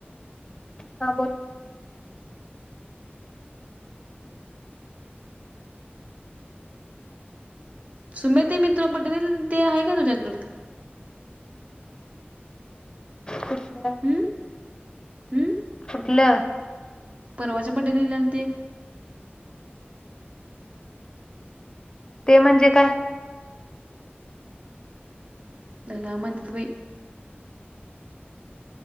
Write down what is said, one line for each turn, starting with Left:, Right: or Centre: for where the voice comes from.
Left: हां बोल
Right: सुमे ते मी तुला बडे ला दिलेलं ते आहे का तुझ्याकडं?
Left: कुठलं?
Right: हम्म? हम्म?
Left: कुठलं
Right: परवाच्या बड्डे दिलेल ते.
Left: ते म्हणजे काय?
Right: <unintelligible> ला काय म्हणत्यात बाई